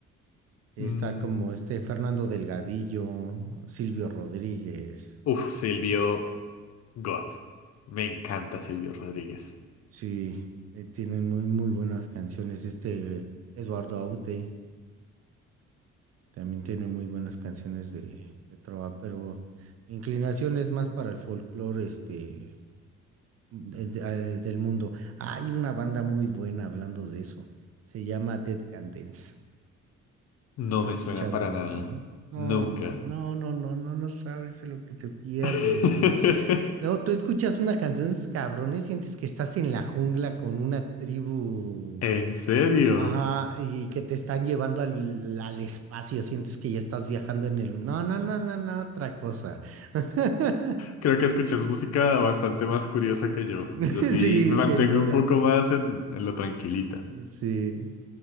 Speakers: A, on the right; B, on the left.
A: Está
B: Mm,
A: como este Fernando Delgadillo, Silvio Rodríguez.
B: Uf, Silvio Gott. Me encanta Silvio Rodríguez.
A: Sí, eh, tienen muy, muy buenas canciones. Este Eduardo Aute también tiene muy buenas canciones de, de trova, pero mi inclinación es más para el folclore este, de- de- eh, del mundo. Hay una banda muy buena hablando de eso. Se llama Dead Can Dance.
B: No
A: ¿Has escuchado
B: me suena para
A: Dead
B: nada.
A: Can Dance? No,
B: Nunca.
A: hombre, no, no, no, no, no sabes de lo que te pierdes,
B: <laughs>
A: mano. No, tú escuchas una canción de esos cabrones, sientes que estás en la jungla con una tribu
B: ¿En serio?
A: Ajá, y que te están llevando al, al espacio, sientes que ya estás viajando en el... No, no, no, no, no, otra cosa. <laughs>
B: Creo que escuchas música bastante más curiosa que yo.
A: <laughs>
B: Yo sí
A: Sí,
B: me mantengo
A: sin duda.
B: un poco más en, en lo tranquilita.
A: Sí.